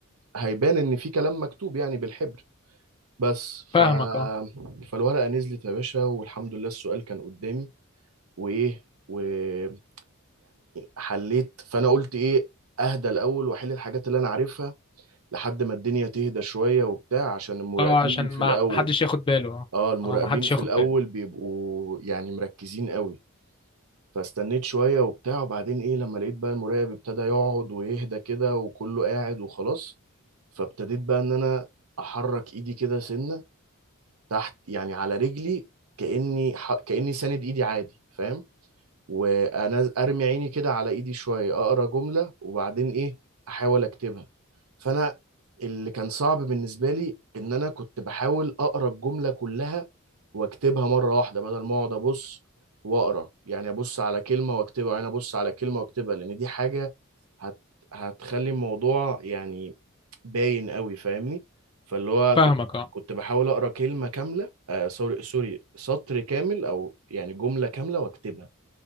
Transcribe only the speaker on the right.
هيبان ان في كلام مكتوب يعني بالحبر بس
ف...
فالورقة نزلت يا باشا والحمد لله السؤال كان قدامي وايه ويعني حليت فانا قلت ايه اهدى الاول واحل الحاجات اللي انا عارفها لحد ما الدنيا تهدى شوية وبتاع عشان المراقبين
في الأول
اه المراقبين
في
الاول
بيبقوا يعني مركزين قوي فاستنيت شوية وبتاع وبعدين ايه لما لقيت بقى المراقب ابتدى يقعد ويهدى كده وكله قاعد وخلاص فابتديت بقى ان انا احرك ايدي كده سنة تحت يعني على رجلي كأني ح... كأني ساند ايدي عادي فاهم وانا ارمي عيني كده على ايدي شويه اقرا جمله وبعدين ايه احاول اكتبها فانا اللي كان صعب بالنسبه لي ان انا كنت بحاول اقرا الجمله كلها واكتبها مره واحده بدل ما اقعد ابص واقرا يعني ابص على كلمه واكتبها وبعدين ابص على كلمه واكتبها لان دي حاجه هت... هتخلي الموضوع يعني باين قوي فاهمني فاللي هو
كنت
كنت بحاول اقرا كلمه كامله آه سوري سوري سطر كامل او يعني جمله كامله واكتبها